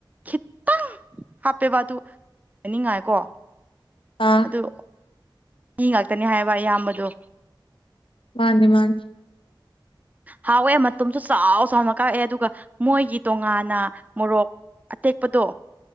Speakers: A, on the right; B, on the left.
A: ꯈꯤꯇꯪ ꯍꯥꯞꯄꯦꯕ ꯑꯗꯨ ꯍꯥꯏꯅꯤꯡꯉꯥꯏꯀꯣ
B: ꯑꯥ
A: ꯑꯗꯨ ꯃꯤ ꯉꯥꯛꯇꯅꯤ ꯍꯥꯏꯕ ꯏꯌꯥꯝꯕꯗꯣ
B: ꯃꯥꯅꯦ ꯃꯥꯅꯤ
A: ꯍꯥꯎꯑꯦ ꯃꯇꯨꯝꯁꯨ ꯆꯥꯎ ꯆꯥꯎꯅ ꯀꯥꯛꯑꯦ ꯑꯗꯨꯒ ꯃꯣꯏꯒꯤ ꯇꯣꯉꯥꯟꯅ ꯃꯣꯔꯣꯛ ꯑꯇꯦꯛꯄꯗꯣ